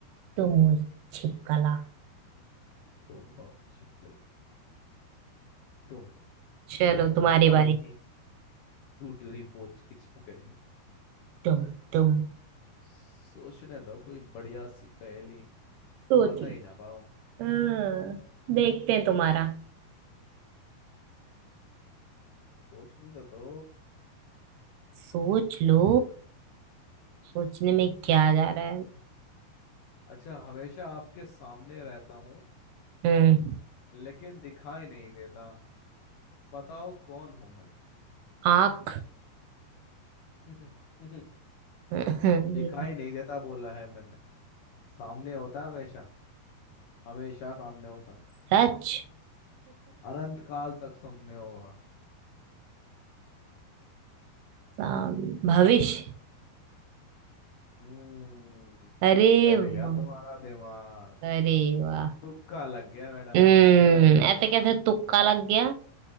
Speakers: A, on the right (about 80°); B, on the left (about 70°).
A: तुम हो छिपकला
B: तुम हो छिपकली तुम हो,
A: चलो तुम्हारी
B: पड़े
A: बारी
B: ही टूटी हुई पोच की छिपकली
A: तुम तुम
B: सोचने दो कोई बढ़िया सी पहेली
A: सोच
B: बता
A: लो
B: ही ना पाओ
A: हाँ, देखते हैं तुम्हारा
B: सोचने तो दो
A: सोच लो सोचने में क्या जा रहा है
B: अच्छा अच्छा हमेशा आपके सामने रहता हूँ
A: हम्म
B: लेकिन दिखाई नहीं देता बताओ कौन हूं मैं
A: आंख
B: <laughs>
A: हम्म,
B: दिखाई नहीं देता बोला है मैंने सामने होता है हमेशा हमेशा सामने होता है
A: सच
B: अनंत काल तक सामने होगा
A: साम- भविष्य
B: हम्म
A: अरे
B: चल
A: वाह
B: गया तुम्हारा दिमाग
A: अरे वाह
B: तुक्का लग गया मैडम
A: हम्म
B: का नहीं तो नहीं बता
A: ऐसे
B: पाती
A: कैसे
B: हूँ
A: तुक्का लग गया